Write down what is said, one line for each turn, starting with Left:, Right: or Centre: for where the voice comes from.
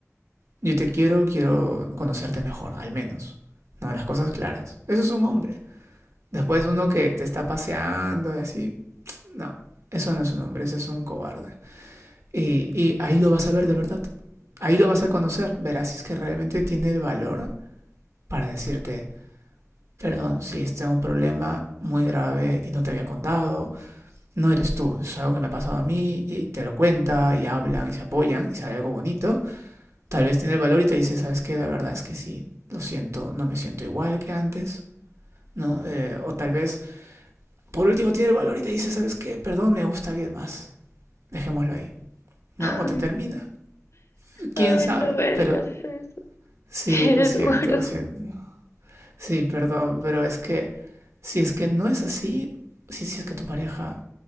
Right: Yo te quiero, quiero conocerte mejor, al menos. No, las cosas claras. Eso es un hombre. Después uno que te está paseando y así, No, eso no es un hombre, ese es un cobarde. Y, y ahí lo vas a ver de verdad. Ahí lo vas a conocer. Verás si es que realmente tiene el valor para decirte, perdón, si está es un problema muy grave y no te había contado, no eres tú, es algo que me ha pasado a mí y te lo cuenta y hablan y se apoyan y sale algo bonito, tal vez tiene el valor y te dice, ¿sabes qué? La verdad es que sí, lo siento, no me siento igual que antes, ¿no? Eh, o tal vez, por último, tiene el valor y te dice, ¿sabes qué? Perdón, me gusta alguien más, dejémoslo ahí. ¿no?
Left: <laughs>
Right: O te termina. ¿Quién
Left: Ay,
Right: sabe?
Left: no me
Right: Pero
Left: digas eso, <laughs>
Right: sí,
Left: qué
Right: lo siento,
Left: duro.
Right: lo siento. Sí, perdón, pero es que si es que no es así, si, si es que tu pareja,